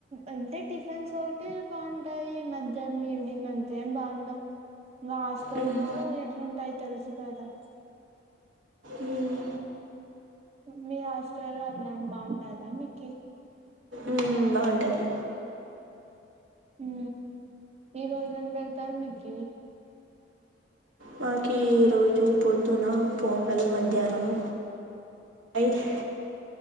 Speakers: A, on the right; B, on the right.
A: అంటే టిఫిన్స్ ఒకటి బాగుంటాయి మధ్యాహ్నం ఈవినింగ్ అంతేం బాండవు ఇంకా హాస్టల్స్
B: మ్మ్.
A: లో ఎట్లుంటాయి తెలుసు కదా
B: ఉమ్
A: మీ హాస్టల్లో అట్లెమ్ బాగుంటాదా మీకి
B: ఉమ్ బాగుంటుంది
A: ఉ ఈ రోజు ఏం పెడతారు మీకి
B: మాకు ఈ రోజు పొద్దున పొంగల్ మధ్యానామ్ రైస్